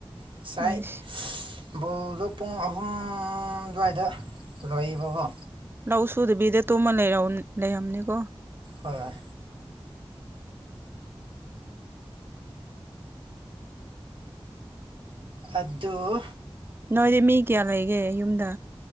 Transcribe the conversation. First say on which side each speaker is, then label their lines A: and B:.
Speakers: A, on the right; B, on the right.
A: ꯉꯁꯥꯏ
B: ꯑꯩꯁ
A: ꯕꯣꯜꯗꯣ ꯄꯨꯡ ꯑꯍꯨꯝ ꯑꯗꯨꯋꯥꯏꯗ ꯂꯣꯏꯕꯀꯣ
B: ꯂꯧ ꯁꯨꯗꯕꯤꯗ ꯇꯨꯝꯃ ꯂꯩꯔ ꯂꯩꯔꯝꯅꯤꯀꯣ
A: ꯍꯣꯏ ꯑꯗꯨꯣ
B: ꯅꯣꯏꯗꯤ ꯃꯤ ꯀꯌꯥ ꯂꯩꯒꯦ ꯌꯨꯝꯗ